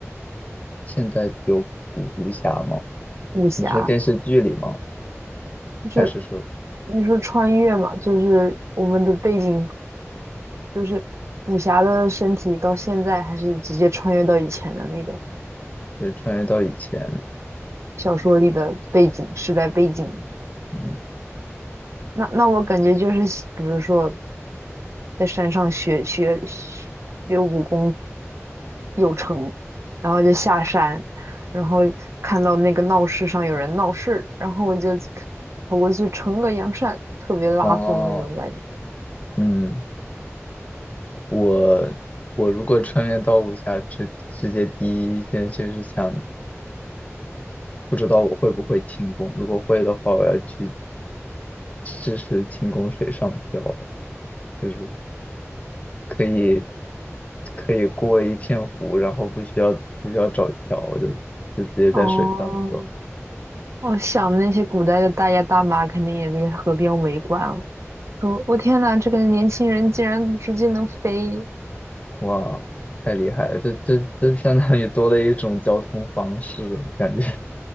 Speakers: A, on the left; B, on the right.
A: 现在有古武侠吗？
B: 武侠？
A: 你说电视剧里吗？
B: 就
A: 还是说？
B: 你说穿越嘛，就是我们的背景就是武侠的身体到现在，还是直接穿越到以前的那个
A: 对，穿越到以前，
B: 小说里的背景时代背景？
A: 嗯，
B: 那那我感觉就是，比如说在山上学学学武功有城，然后就下山，然后看到那个闹市上有人闹事，然后我就跑过去撑个阳伞，特别拉风那种感觉。
A: 哦，嗯，我我如果穿越到武侠世世界第一件事是想，不知道我会不会轻功，如果会的话，我要去试试轻功水上漂，就是可以可以过一片湖，然后不需要不需要找桥，就是就直接在水上走，
B: 哦，我想那些古代的大爷大妈肯定也在河边围观了，说我天呐，这个年轻人竟然直接能飞，
A: 哇，太厉害了，这这这相当于多了一种交通方式了，感觉。